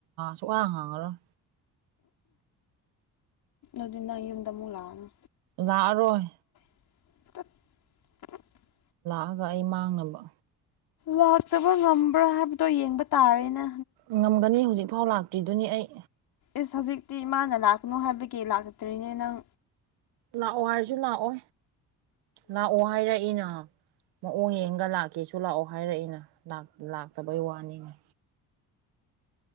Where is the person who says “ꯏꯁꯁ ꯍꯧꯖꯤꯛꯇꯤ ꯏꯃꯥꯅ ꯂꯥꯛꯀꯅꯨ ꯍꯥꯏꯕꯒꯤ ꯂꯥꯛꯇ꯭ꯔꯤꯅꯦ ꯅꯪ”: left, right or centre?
Left